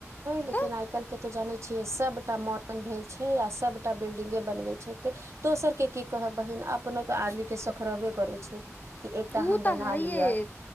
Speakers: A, on the right (about 65°); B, on the left (about 35°).
A: लेकिन
B: तऽ
A: आइ काईल के तऽ जानै छियै सबटा मॉडर्न भेल छै आ सबटा बिल्डिंगे बनवै छै ए दोसरके की कहब बहिन अपनो तऽ आदमीके सख रहबे करै छै! कि एकटा
B: ओ
A: हम बना
B: तऽ है ये
A: लिअ